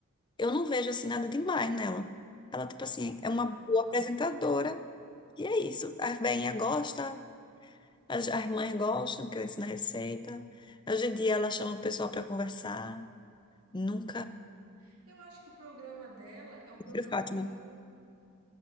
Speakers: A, on the left; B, on the right.
A: eu não vejo, assim, nada demais nela. Ela, tipo assim, é uma
B: Ah,
A: boa
B: tá.
A: apresentadora. E é isso. As veinhas gostam, as, as mães gostam, porque ela ensina receita. Hoje em dia ela chama o pessoal pra conversar. Nunca.
B: Aham. Eu acho que o programa dela é um
A: Prefiro
B: programa
A: Fátima.
B: meio